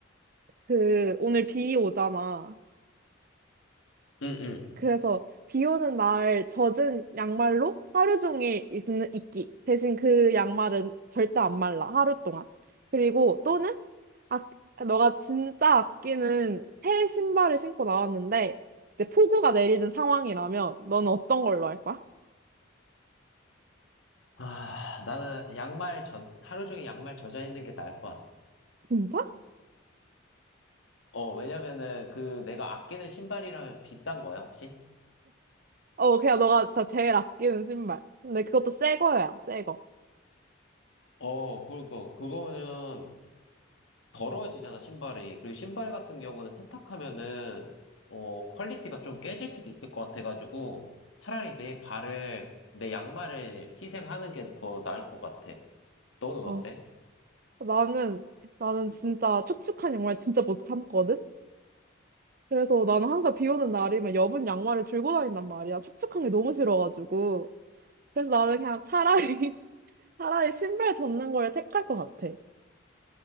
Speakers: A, on the right; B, on the left.
A: 그, 오늘 비 오잖아.
B: 응, 응.
A: 그래서 비 오는 날 젖은 양말로 하루 종일 있, 있기. 대신 그 양말은 절대 안 말라, 하루 동안. 그리고 또는, 아, 너가 진짜 아끼는 새 신발을 신고 나왔는데, 이제 폭우가 내리는 상황이라면, 넌 어떤 걸로 할 거야?
B: 아, 나는 양말 젖, 하루 종일 양말 젖어 있는 게 나을 것 같아.
A: 진짜?
B: 어, 왜냐면은 그 내가 아끼는 신발이라면 비싼 거야, 혹시?
A: 어, 그냥 너가 진짜 제일 아끼는 신발. 근데 그것도 새 거야, 새 거.
B: 어, 그러니까 그거는 더러워지잖아, 신발이. 그리고 신발 같은 경우는 세탁하면은, 어, 퀄리티가 좀 깨질 수도 있을 것 같아가지고, 차라리 내 발을, 내 양말을 희생하는 게 더 나을 것 같아. 너는 어때?
A: 어, 나는, 나는 진짜 축축한 양말 진짜 못 참거든? 그래서 나는 항상 비 오는 날이면 여분 양말을 들고 다닌단 말이야. 축축한 게 너무 싫어가지고. 그래서 나는 그냥 차라리, <laughs> 차라리 신발 접는 걸 택할 것 같아.